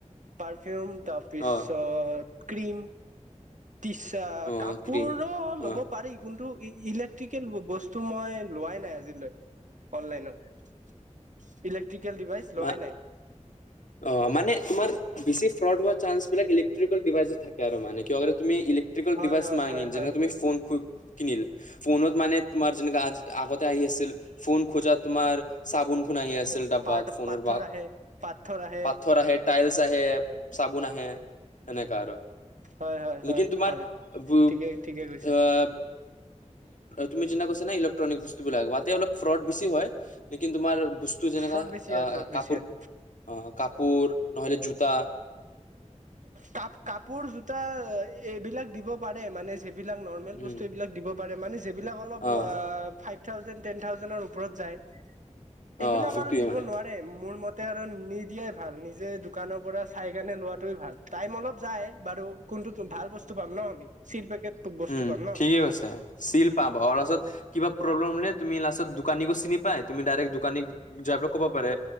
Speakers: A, on the right; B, on the left.
A: পাৰফিউম <unintelligible> তাৰপিছত
B: অ'।
A: ক্ৰীম টিচাৰ
B: অ
A: কাপোৰো
B: ক্ৰীম
A: ল'ব
B: অ
A: পাৰি কিন্তু ই ইলেক্ট্ৰিকেল বস্তু মই লোৱাই নাই আজিলৈ অনলাইনত ইলেক্ট্ৰিকেল ডিভাইচ লোৱাই
B: ম
A: নাই
B: অ মানে তোমাৰ বিশিষ ফ্ৰড হোৱা চানঞ্চবিলাক ইলেকট্ৰিকেল ডিভাইছে থাকে আৰু মান <unintelligible> ই্ট্ৰিক
A: হয়
B: ডিভাইছ
A: হয়
B: মংিননে
A: হয় হয়
B: তুমি ফোনবোৰ <unintelligible> কিনিল ফোনত মানে তোমাৰ যেনেকা আজ আগতে আহি আছিল ফোন খোজা তোমাৰ চাবোন খুন আহি আছে <unintelligible> ডা
A: পাৰ
B: ফোনৰ
A: পাথৰ আহে পাথৰ আহে
B: পাথৰ আহে টাইলছ আহে চাবোন আহে এনেকা আৰু
A: হয় হয় হয়
B: লেকিন তোমাৰ
A: হয়
B: বু
A: ঠিকে ঠিকে কৈছা
B: আহ তুমি যিনা কৈছা ইলেকট্ৰনিক বস্তুবিলাক অলপ ফ্ৰট <unintelligible> সৃষ্টি হয় তোমাৰ ব <unintelligible> যে
A: ফ্ৰড বেছি হয় ফ্ৰড বেছি
B: কাপোৰ
A: হয়
B: কাপোৰ ন তা
A: কাপ কাপোৰ জোতা এইবিলাক দিব পাৰে মানে। এইবিলাক নৰ্মেল
B: উম,
A: বস্তু এইবিলাক দিব। পাৰে মানে। এইবিলাক অলপ
B: অ',
A: থাউজেণ্ড টেন থাউজেণ্ডৰ ওপৰত যায়।
B: অ',
A: এইবিলাক
B: এইটোৱে
A: আৰু দিব
B: মানে
A: নোৱাৰে মোৰ মতে। তে আৰু নিদিয়াই ভাল নিজে দোকানৰ পৰা। চাইকেনে লোৱাটোৱেই ভাল টাইম অলপ যায় বাৰু কোনটো ভাল বস্তু পাম ন আমি চিল পেকেট। বস্তু
B: উম
A: পাম ন
B: ঠিকে কৈছে চিল পাব অ তাৰপিছত কিবা প্ৰব্লেম। তুমি লাষ্টত দোকানী দোকানীকো চিনি পাই তুমি ডাইৰেক্ট দোকানী যাই <unintelligible> ক'ব পাৰে।